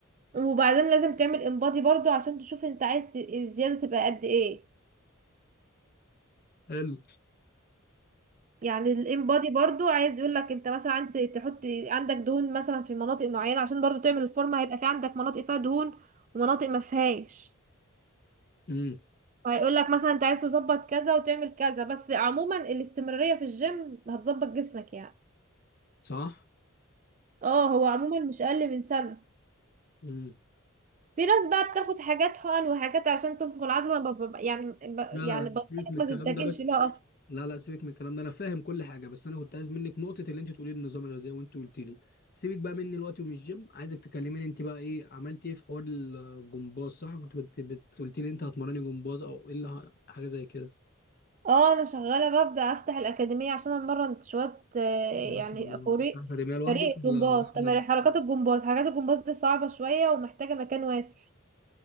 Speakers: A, on the right; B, on the left.
A: وبعدين لازم تعمل انبادي برضو عشان تشوف انت عايز الزياده تبقى قد ايه
B: حلو
A: يعني الام بادي برضو عايز يقول لك انت مثلا انت تحط عندك دهون مثلا في مناطق معينه عشان برضو تعمل الفورمه هيبقى في عندك مناطق فيها دهون ومناطق ما فيهاش
B: امم
A: فهيقول لك مثلا انت عايز تظبط كذا وتعمل كذا بس عموما الاستمراريه في الجيم هتظبط جسمك يعني
B: صح
A: اه هو عموما مش اقل من سنه
B: امم
A: في ناس بقى بتاخد حاجات حقن وحاجات عشان تنفخ العضله انا بب- بب- يعني ب...
B: لا
A: يعني
B: لا لا
A: بنصحك
B: سيبك من
A: ما
B: الكلام
A: تتجهش
B: ده بس
A: لها
B: لا لا سيبك من الكلام ده انا فاهم كل حاجه بس انا كنت عايز منك نقطه اللي انت تقولي لي النظام الغذائي وانت قلت لي سيبك بقى مني الوقت ومن الجيم عايزك تكلميني انت بقى ايه عملت ايه في حوار الجمباز صح كنت بت- بت- قلت لي انت هتمرني جمباز او ايه اللي ه- حاجه زي كده
A: اه انا شغاله ببدا افتح الاكاديميه عشان امرن شويه آه،
B: ما
A: يعني
B: شاء الله
A: فريق
B: تفتح اكاديميه لوحدك
A: فريق
B: ولا
A: جمباز
B: معاك حد
A: تمارين حركات الجمباز حركات الجمباز دي صعبه شويه ومحتاجه مكان واسع